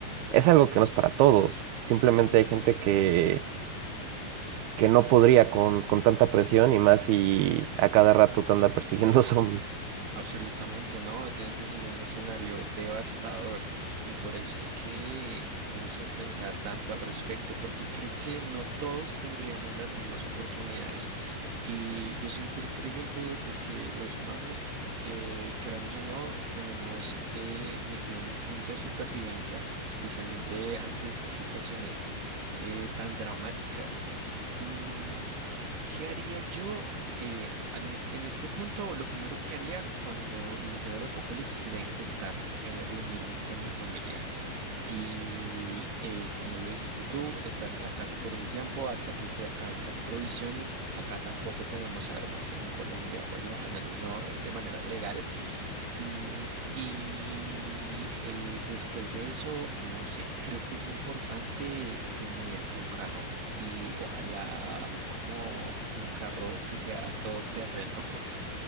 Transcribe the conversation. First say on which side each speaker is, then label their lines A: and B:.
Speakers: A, on the right; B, on the right.
A: es algo que no es para todos. Simplemente hay gente que que no podría con, con tanta presión y más si a cada rato te anda persiguiendo <laughs> zombies.
B: Absolutamente no, tiene que ser un escenario devastador y por eso es que me hizo pensar tanto al respecto, porque creo que no todos tendríamos las mismas oportunidades y yo soy fiel creyente de que los humanos, eh, queramos o no, tenemos eh, metido un instinto de supervivencia, especialmente ante estas situaciones eh, tan dramáticas. Mm, ¿Qué haría yo? Eh, al menos en este punto, lo primero que haría cuando iniciara el apocalipsis sería intentar eh, reunirme con mi familia y, eh, como lo dijiste tú, estar en la casa por un tiempo hasta que se acaben las provisiones. Acá tampoco tenemos armas en Colombia, bueno, al menos no eh, de manera legal. Mm, y eh, después de eso, no sé, creo que es importante tener un carro y ojalá como un carro que sea todoterreno. <laughs>